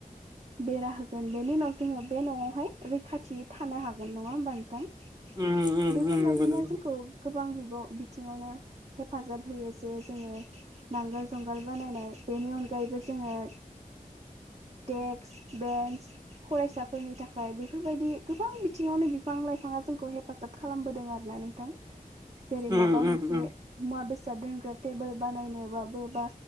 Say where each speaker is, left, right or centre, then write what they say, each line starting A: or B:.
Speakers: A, on the right; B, on the right.
A: बेरा होगोन बेनि उनाव जोङो बे न'आवहाय रैखाथियै थानो हागोन नङा होमबा नोंथां।
B: उम उम
A: बेफोरबायदिनो
B: उम नंगौ नंगौ
A: जोंखौ गोबां बिब' बिथिङावनो हेफाजाब होयो जे जोङो नांगोल जुंगाल बानायनाय बेनि अनगायैबो जोङो डेक्स बेन्स फरायसाफोरनि थाखाय बेफोरबायदि गोबां बिथिङावनो बिफां लाइफाङा जोंखौ हेफाजाब खालामबोदों आरोना नोंथां।
B: <unintelligible>
A: जेरै
B: उम
A: माबा मोनसे
B: उम
A: मुवा बेसाद दोनग्रा टेबोल बानायनोबाबो बा